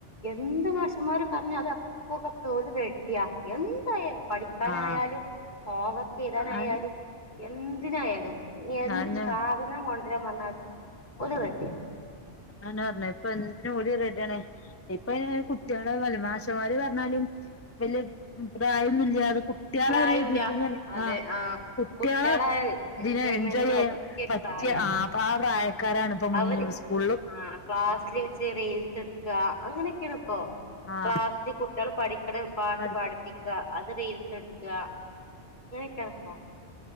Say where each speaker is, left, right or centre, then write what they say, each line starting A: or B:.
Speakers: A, on the left; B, on the left.
A: എന്ത് മാഷുമാര് പറഞ്ഞു അത് അപ്പക്കപ്പെളെ അപ്പോ ഓല് റെഡിയ എന്തായാലും പഠിക്കാനായാലും
B: ആഹ്
A: ഹോംവർക്ക് എഴുതാനായാലും
B: അതെന്നെ
A: എന്തിനായാലും ഇനി എന്തൊരു
B: അതെന്നെ
A: സാധനം കൊണ്ടുവരാൻ പറഞ്ഞാലും ഓല് റെഡിയാ
B: അയന്നെ പറഞ്ഞത് ഇപ്പം എന്തിനും ഓല് റെഡിയാണ് ഇപ്പൊ അയിന് പിന്നെ കുട്ടികളെ മാഷമ്മാര് പറഞ്ഞാലും വല്യ പ്രായൊന്നുല്ല്യാതെ കുട്ട്യാളെ
A: പ്രായൂല്ല
B: ഒരു ഇതിക്ക് ഇങ്ങനെ
A: അതെ
B: ആ
A: ആഹ്
B: കുട്ട്യാളെ
A: കുട്ടികളെ
B: ഇതിനെ
A: എൻജോയ്മെന്റിന്
B: എൻജോയ് ചെയ്യാൻ
A: പറ്റിയൊരു
B: പറ്റിയ
A: പ്രായാ
B: ആ ഇപ്പം ആ പ്രായക്കാരാണ് ഇപ്പൊ മുയ്മം
A: അവര്
B: സ്കൂളില്
A: ക്ലാസ്സില് വെച്ച് റീൽസ് എടുക്ക അങ്ങനെയൊക്കെയാണ് ഇപ്പോ
B: ആഹ്
A: ക്ലാ ഇ കുട്ടികള് പഠിക്കണ് പാട്ട്
B: പഠിപ്പിക്കുക
A: പാട ക്ക അത് റിൽസ് എടുക്ക അങ്ങനെയൊക്കെ ആണിപ്പോ